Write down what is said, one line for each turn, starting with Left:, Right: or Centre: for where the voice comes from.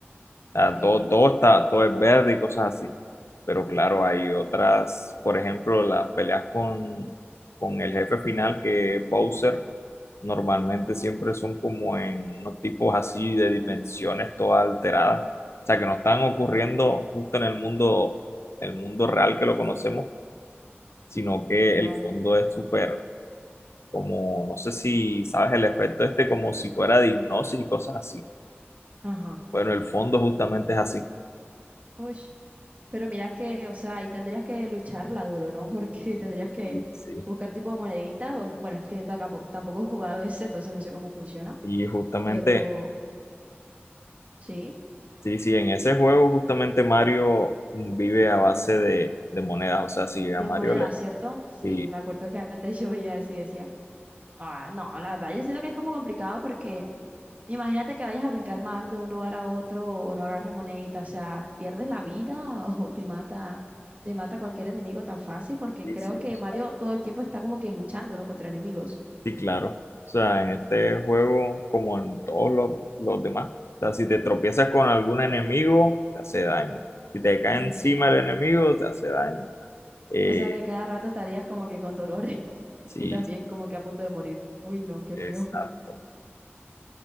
Left: Ah,
Right: Sí.
Left: todo, todo está, todo es verde y cosas así. Pero claro, hay otras, por ejemplo, las peleas con, con el jefe final que es Bowser, normalmente siempre son como en unos tipos así de dimensiones todas alteradas. O sea, que no están ocurriendo justo en el mundo, el mundo real que lo conocemos, sino que
Right: Claro.
Left: el fondo es súper, como, no sé si sabes el efecto este, como si fuera de hipnosis y cosas así.
Right: Ajá.
Left: Bueno, el fondo justamente es así.
Right: Uy. Pero mira que, o sea, ahí tendrías que lucharla duro, ¿no? Porque <laughs> tendrías que
Left: Sí, sí.
Right: buscar tipo moneditas o no- Bueno, es que yo tampoco, tampoco he jugado ese, entonces no sé cómo funciona.
Left: Y justamente,
Right: Pero sí,
Left: sí, sí, en ese juego justamente Mario vive a base de, de monedas, o sea, si a
Right: de
Left: Mario
Right: moneda,
Left: le...
Right: ¿cierto? Sí,
Left: Sí,
Right: me acuerdo que antes <laughs> yo veía eso y decía, Ah, no, la verdad, yo siento que es como complicado porque imagínate que vayas a brincar mal de un lugar a otro o no agarres monedita, o sea, pierdes la vida <laughs> o te mata, te mata cualquier enemigo tan fácil porque
Left: sí,
Right: creo
Left: sí,
Right: que
Left: o sea,
Right: Mario todo el tiempo está como que luchando, ¿no? Contra enemigos.
Left: sí, claro. O sea, en este juego, como en todos los, los demás, o sea, si te tropiezas con algún enemigo, te hace daño. Si te cae
Right: Uy,
Left: encima el enemigo, te hace daño. Eh,
Right: o sea que cada rato estarías como que con dolores <laughs>
Left: sí,
Right: y también
Left: sí,
Right: como que a punto de morir. Uy, no, qué
Left: exacto.
Right: feo.